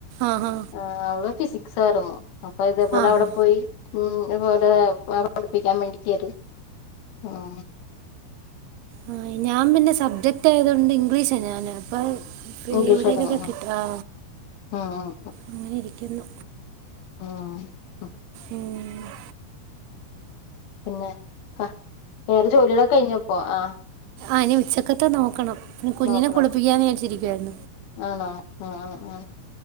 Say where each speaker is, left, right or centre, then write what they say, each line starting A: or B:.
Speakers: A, on the right; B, on the left.
A: ആഹ് ആഹ്
B: ആഹ അവളോ പിസി സറോ അപ്പൊ ഇതേപോലെ
A: ആഹ്
B: അവിടെ
A: ആഹ്
B: പോയി ഉ അതുപോലെ പഠിപ്പിക്കാൻ വേണ്ടി കര് ആഹ
A: ആ ഞാൻ പിന്നെ സബ്ജക്ട് തായതുകൊണ്ട് ഇംഗ്ലീഷ് ഞാന് അപ്പ ഇപ്പ
B: ഇംഗ്ലീഷ്
A: എവിടേക്കെ
B: ആയിരുന്നു
A: കിട്ട ആ
B: ആഹ്
A: അങ്ങനെ ഇരിക്കുന്നു
B: ആ <unintelligible>
A: ഉം
B: പിന്നെ ക വേറെ ജോലികളൊക്കെ കഴിഞ്ഞപ്പോ ആഹ
A: ആന് ഉച്ചക്കത്തെ നോക്കണം നി കുഞ്ഞിനെ
B: നോക്കണം
A: കുളിപ്പിക്കാന്ന് വിചാരിച്ചി എൻ
B: ആണോ ഉം ഉം ഉം